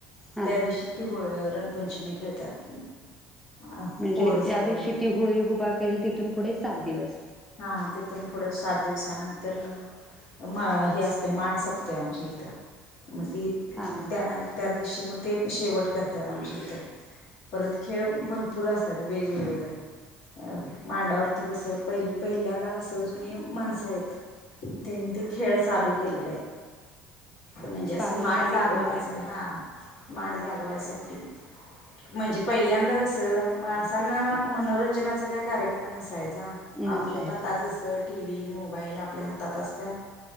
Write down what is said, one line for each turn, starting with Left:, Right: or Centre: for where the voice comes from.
Centre: हा
Left: त्या दिवशी ती होळ रंगपंचमी खेळतात. अ,
Centre: म्हणजे
Left: पोरं
Centre: ज्या
Left: सगळे
Centre: दिवशी
Left: मिळून
Centre: ती होळी उभा करील तिथून पुढे सात दिवस.
Left: हा तिथून पुढं सात दिवसानंतर म हे असते मांड सपते आमची इथं. मग ती
Centre: हा
Left: त्यानंतर दिवशी मग ते शेवट करतात आमच्या इथे. परत खेळ भरपूर असतात वेगवेगळे. अ मांडावरती कसं पहिली पहिल्यांदा असं जुनी माणसं त्यांनी ते खेळ चालू केलेले आहे. म्हणजे असं
Centre: पारंपरिक
Left: माांड जागवायचं.
Centre: म्हणजे
Left: हा माांड जागवायसाठी. म्हणजे पहिल्यांदा कस, माणसांना मनोरंजनाचा काही कार्यक्रम नसायचा.
Centre: नसायचा
Left: आपले तर आता जसं टी व्ही मोबाईल आपल्या हातात असतात.